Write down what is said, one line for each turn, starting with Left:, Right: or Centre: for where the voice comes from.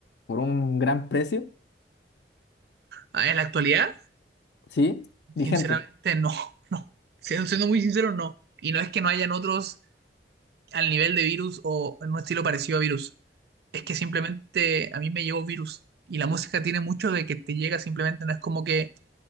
Left: por un gran precio?
Right: Ah, en la actualidad,
Left: ¿Sí? Vigente.
Right: sinceramente no, <laughs> no. Siendo, siendo muy sincero, no. Y no es que no hayan otros al nivel de Virus o en un estilo parecido a Virus. Es que simplemente a mí me llegó Virus. Y la música tiene mucho de que te llega simplemente, no es como que